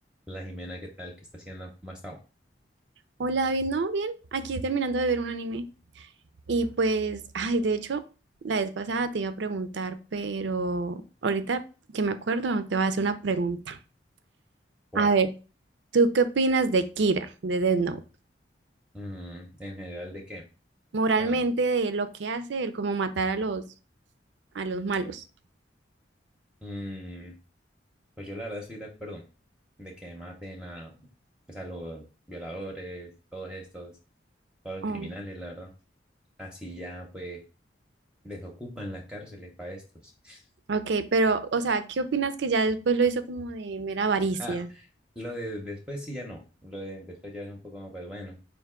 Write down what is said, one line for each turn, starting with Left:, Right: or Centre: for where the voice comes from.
Centre: La Jimena, ¿qué tal? ¿Qué está haciendo? ¿Cómo ha estado?
Right: Hola David, ¿no? Bien, aquí terminando de ver un anime. Y pues, ay, de hecho, la vez pasada te iba a preguntar, pero ahorita que me acuerdo, te voy a hacer una pregunta.
Centre: ¿Cuál?
Right: A ver, ¿tú qué opinas de Kira, de Death Note?
Centre: Mm, en general, ¿de qué?
Right: Moralmente,
Centre: Ah,
Right: de lo que hace él, como matar a los, a los malos.
Centre: mm, pues yo la verdad estoy de acuerdo de que maten a, pues, a los violadores, todos estos, todos los
Right: Oh,
Centre: criminales, la verdad. Así ya, pues, desocupan las cárceles para estos. <laughs>
Right: ok, pero, o sea, ¿qué opinas que ya después lo hizo como de mera avaricia?
Centre: Ah, lo de después sí ya no. Lo de después ya es un poco, pues bueno.